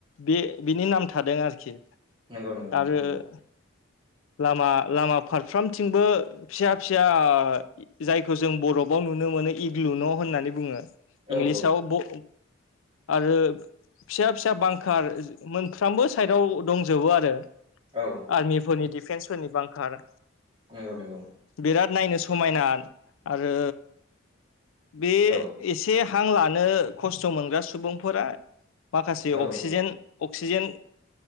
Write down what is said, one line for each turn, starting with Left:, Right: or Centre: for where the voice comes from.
Left: बे बिनि नाम थादों आरोखि।
Right: नंगौ नंगौ नोंथां
Left: आरो
Right: नंगौ।
Left: लामा लामा फारफ्रामथिंबो फिसा फिसा जायखौ जों बरफाव नुनो मोनो इग्लु न' होननानै बुङो
Right: औ
Left: इंलिसाव
Right: औ
Left: ब आरो फिसा फिसा बांखार मोनफ्रामबो साइदआव दंजोबो आरो।
Right: औ
Left: आर्मिफोरनि डिफेन्सफोरनि बांखार।
Right: नंगौ नंगौ।
Left: बिराद नायनो समायना आरो बे
Right: औ
Left: एसे हां लानो खस्थ' मोनग्रा सुबुंफोरा माखासे
Right: औ
Left: अक्सिजेन
Right: औ
Left: अक सिजेन